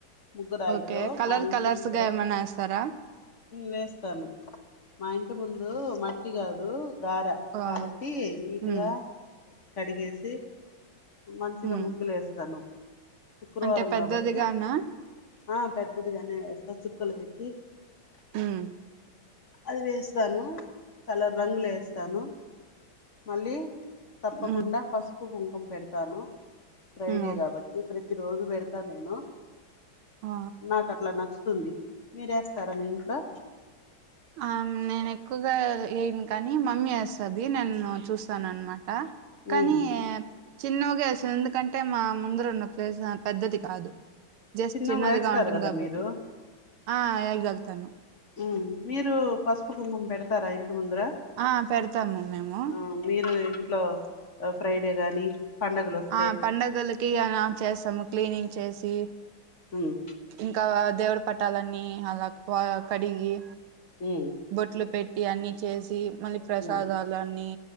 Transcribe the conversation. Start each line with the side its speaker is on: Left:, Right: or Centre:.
Left: ముగ్గురాయితో
Right: ఓకే కలర్
Left: మా ఇంటి
Right: కలర్స్
Left: ముందర
Right: గా ఏమన్నా ఎస్తారా
Left: వేస్తాను మా ఇంటి ముందు మట్టి గాదు దార
Right: ఆ,
Left: కాబట్టి నీటుగా
Right: ఉమ్,
Left: కడిగేసి మంచిగా
Right: ఉమ్.
Left: ముగ్గులు వేస్తాను శుక్రవారం
Right: అంటే పెద్దదిగానా
Left: కాబట్టి ఆ పెద్దదిగానే వేస్తా చుక్కలు పెట్టి
Right: ఉమ్
Left: అది వేస్తాను కలర్ రంగులు వేస్తాను మళ్ళీ తప్పకుండా
Right: ఉమ్,
Left: పసుపు కుంకుమ పెడతాను ఫ్రైడే
Right: ఉమ్.
Left: కాబట్టి ప్రతి ప్రతి రోజు పెడతా నేను
Right: ఆ
Left: నాకు అట్లా నచ్చుతుంది మీరేస్త స్తారా మీ ఇంట్లో
Right: ఆ నేను ఎక్కువగా ఏయను కానీ మమ్మీ వేస్తది నేను చూస్తాను అన్నమాట
Left: ఉమ్,
Right: కానీ చిన్నగా ఏస్తాం ఎందుకంటే మా ముందర ఉన్న ప్లేస్ పెద్దది కాదు జస్ట్
Left: చిన్నగా
Right: చిన్నదిగా
Left: వేస్తారు
Right: ఉంటుంది
Left: కదా
Right: కాబట్టి
Left: మీరు
Right: ఆ వేగళ్తాను
Left: ఉమ్, మీరు పసుపు కుంకుమ పెడతారా ఇంటి ముందర
Right: ఆ పెడతాము మేము
Left: ఆ మీరు ఇంట్లో ఫ్రైడే గాని పండగలు వస్తే
Right: ఆ పండగలకి అలా చేస్తాము క్లీనింగ్ చేసి
Left: ఉమ్
Right: ఇంకా దేవుడి పట్టాలన్నీ అలా కడిగి
Left: ఉమ్
Right: బొట్లు పెట్టి అన్నీ చేసి మళ్ళీ ప్రసాదాలు
Left: ఉమ్
Right: అన్నీ